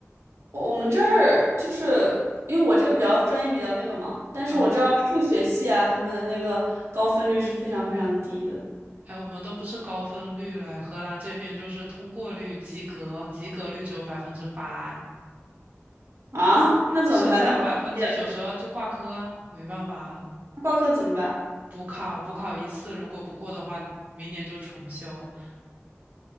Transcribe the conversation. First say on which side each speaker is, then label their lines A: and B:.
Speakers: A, on the right (about 70°); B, on the right (about 30°).
A: 我我们这儿就是因为我这个比较专业比较那个嘛，但是我知道数学系啊，
B: 嗯，
A: 他们的那个高分率是非常非常低的
B: 哎，我们都不是高分率嘞，荷兰这边就是通过率及格，及格率只有百分之八，
A: 啊。那怎么办？
B: 剩下百分之九十二就挂科啊，
A: 那不毕业了
B: 没办法啊
A: 那挂科怎么办？
B: 补考补考一次，如果不过的话，明年就重修，